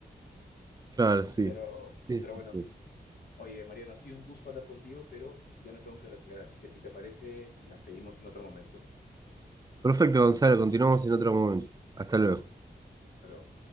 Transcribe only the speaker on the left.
pero,
pero
bueno,
oye, Mariano, ha sido un gusto hablar contigo, pero ya me tengo que retirar, así que si te parece, la seguimos en otro momento.
Hasta luego.